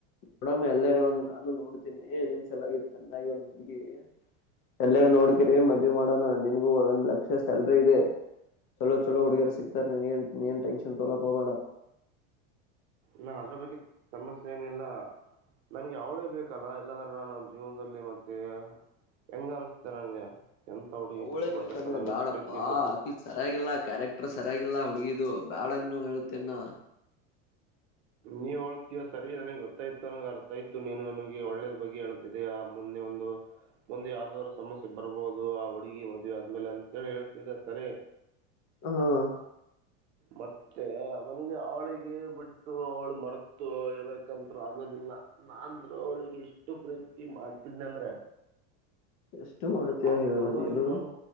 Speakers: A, on the left; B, on the right.
A: ನಡ ಎಲ್ಲರೆ ಒಂದು ನಾನು ನೋಡ್ತೀನಿ ಏ ನಿನ್ ಸಲಾಗಿ ಚೆನ್ನಾಗಿ ಒಂದು ಹುಡುಗಿ ಎಲ್ಲರ ನೋಡ್ಕರಿ ಮದ್ವೆ ಮಾಡನಾ ನಿನ್ ಗೂ ಒಂದ್ ಲಕ್ಷ ಸ್ಯಾಲ್ರಿ ಇದೆ ಚಲೋ ಚಲೋ ಹುಡುಗಿಯರ್ ಸಿಕ್ತಾರ್ ನಿನಿಗೇನ್ ನೀನ್ ಟೆನ್ಷನ್ ತಗೋಳಕ್ ಹೋಗ್ಬೇಡ
B: ನ ಅದ್ರ ಬಗ್ಗೆ ಸಮಸ್ಯೆ ಏನಿಲ್ಲ ನನ್ಗೆ ಅವಳೇ ಬೇಕಲ್ಲ ಇಲ್ಲಾದ್ರೆ ನಾನು ಜೀವನದಲ್ಲಿ ಮತ್ತೆ ಹೆಂಗ ಅನಿಸತೆೆ ನಂಗೆ ಎಂತ ಹುಡುಗಿ
A: ಅವಳೇ
B: ಬಿಟ್ಟು ಕೊಟ್ಟೆಪ್ಪ
A: ಬೇಕಂದ್ರೆ
B: ನನ್ಗೆ
A: ಬಾಡಪ್ಪಾ
B: ಪ್ರೀತಿ ಇದ್ದ
A: ಹಾಕಿ ಸರಿಯಾಗಿಲ್ಲ ಕ್ಯಾರೆಕ್ಟರ್ ಸರಿಯಾಗಿಲ್ಲ ಹುಡುಗಿ ಇದು ಬ್ಯಾಡೆನ್ನು ಹೇಳುತ್ತೇನ್ ನಾ
B: ನೀ ಒಳ ಸರಿ ನನೆ ಗೊತ್ತ. ಅರ್ಥಯತ ನನ್ಗೆ ಅರ್ಥ ಆಯ್ತು ನೀನು ನನಗೆ ಒಳ್ಳೇದ್ ಬಗ್ಗೆ ಹೇಳ್ತಿದ್ದೆಯಾ ಮುಂದೆ ಒಂದು ಮುಂದ ಯಾವ್ದಾದ್ರು ಸಮಸ್ಯೆ ಬರ್ಬಹುದು ಆ ಹುಡುಗಿ ಮದ್ವೆ ಆದ್ಮೇಲೆ ಅಂತಿ ಹೇಳ್ತಿದ್ದ ಸರಿ.
A: ಹಾ
B: ಮತ್ತ ನನಗ ಅವಳಿಗೆ ಬಿಟ್ಟು ಅವಳು ಮರ್ತು ಇರ್ಬೇಕಂತರು ಆಗೋದಿಲ್ಲ ನಾರು ಅವಳಿಗೆ ಇಷ್ಟು ಪ್ರೀತಿ ಮಾಡ್ತಿದ್ದನೀ ಅಂದ್ರ
A: ಎಷ್ಟು ಮಾಡ್ತೀಯ
B: ಅವಳ
A: ಹೇಳು
B: ಸಲುವಾಗಿ
A: ನೀನು
B: ನಾನು